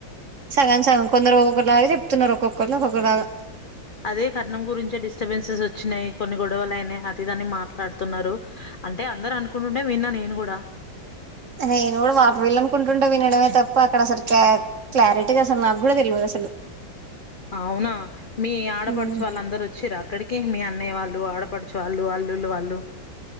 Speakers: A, on the right; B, on the left.
A: సగం సగం కొందరు ఒక్కొక్కలాగా చెప్తున్నరు. ఒకొక్కరు ఒక్కొక్కలాగా
B: అదే కట్నం గురించే డిస్టర్బెన్సెస్ వచ్చినయి కొన్ని గొడవలైనయి అది ఏది అని మా ట్లాడుతున్నారు. అంటే అందరు అనుకుంటుంటే విన్నా నేను గుడా
A: నేను గుడా వాళ్ళు వీళ్ళనుకుంటుంటే వినడమే తప్ప అక్కడ అసల్ క క్లారిటీగా అసలు నాక్ గుడా తెల్వది అసలు
B: అవునా మీ ఆడపడుచు
A: ఉమ్
B: వాళ్ళందరూ వచ్చింరా అక్కడికి మీ అన్నయ్య వాళ్ళు ఆడ పడుచు వాళ్ళు వాల్లుు వాళ్ళు